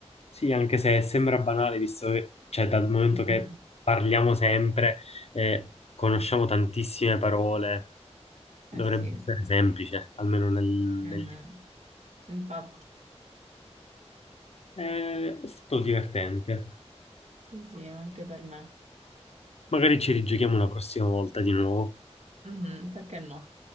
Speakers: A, on the left; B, on the right.
A: Sì, anche se sembra banale, visto che, cioè, dal momento
B: Mhm.
A: che parliamo sempre, eh, conosciamo tantissime parole, dovrebbe
B: Eh sì.
A: essere semplice, almeno nel, nel...
B: Mhm. Infatti,
A: Eh, è stato divertente.
B: sì, sì, anche per me.
A: Magari ci rigiochiamo una prossima volta di nuovo.
B: Mhm, Perché no?